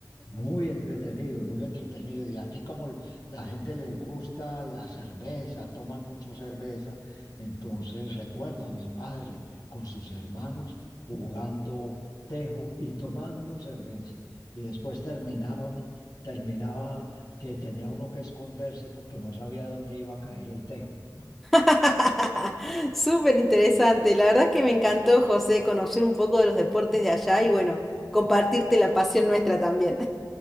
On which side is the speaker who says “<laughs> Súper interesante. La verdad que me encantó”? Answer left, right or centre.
Centre